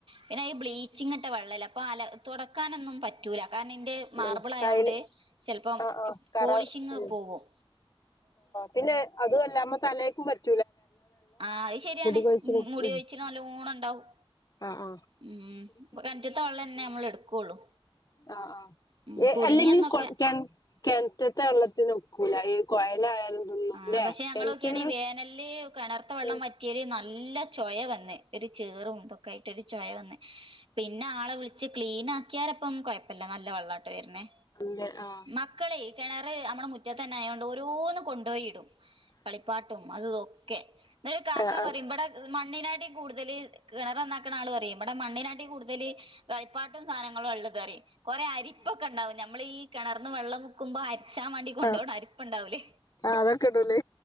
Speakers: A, on the right; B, on the left.
A: പിന്നെ ഈ ബ്ലീച്ചിംങ് <unintelligible> അപ്പോ അ തുടക്കാനൊന്നും പറ്റൂല്ല കാരണം എൻ്റെ മാർബിൾ
B: ഉം
A: ആയൊണ്ട്
B: കായല്
A: ചിലപ്പം
B: ആഹ് ആഹ് കറ
A: പോളിഷിങ്
B: ഉം
A: പോകും
B: പിന്നെ അതും അല്ല <unintelligible>
A: ആ അയ് ശരിയാണ്
B: കൊഴിച്ചില്
A: മുടി
B: ഉം
A: കൊഴിച്ചില് നല്ലോണം ഉണ്ടാവും
B: ആഹ് ആഹ്
A: ഉം അപ്പൊ കിറ്റത്തെ വെള്ളം തന്നെ നമ്മൾ എടുക്കുള്ളൂ
B: അ ആ
A: ഉം കുടുങ്ങിയന്നൊക്കെ
B: അല്ലെങ്കും കൊളക്കാൻ കിണറ്റത്തെ വെള്ളത്തി നൊക്കൂല ഈ കൊയലായാലും ഇതൊന്നും
A: ആ
B: ല്ലേ
A: പക്ഷെ ഞങ്ങൊക്കെയാണി
B: കെൺറ്റില്
A: ഈ വേനല് കിണർത്ത വെള്ളം
B: ഉം
A: വറ്റിയല് നല്ല ചോയ വന്ന് ഒരു ചേറുംന്തൊക്ക ആയിട്ട് ഒരു ചോയ വന്ന് പിന്നെ ആളെ വിളിച്ച് ക്ലീൻ ആക്കിയാരപ്പം കൊഴപ്പല്ല നല്ല വെള്ളാട്ടൊ വരണേ
B: പിന്നെ ആ
A: മക്കളെ കിണർ നമ്മുടെ മുറ്റത്ത്ന്നെ ആയോണ്ട് ഓരോന്ന് കൊണ്ടോയിടും കളിപ്പാട്ടും അതുതൊക്കെ എന്നിട്ട് കാക്ക
B: ആഹ് ആഹ്
A: പറയുമ്പടെ മണ്ണിനാട്ടിം കൂടുതല് കിണറന്നാക്കണുന്ന ആൾ പറയു ഇബടെ മണ്ണിനാട്ടി കൂടുതല് കളിപ്പാട്ടും സാധനങ്ങളും ഉള്ളതറി കൊറെ അരിപ്പൊക്കെ ഉണ്ടാവും നമ്മളെ ഈ കണർന്ന് വെള്ളം മുക്കുമ്പോ അരിച്ചാൻ വണ്ടി കൊണ്ടോവ്ന്ന്
B: ആഹ്
A: അരിപ്പുണ്ടാവലേ
B: ആഹ് അതൊക്കെ ഇടൂലേ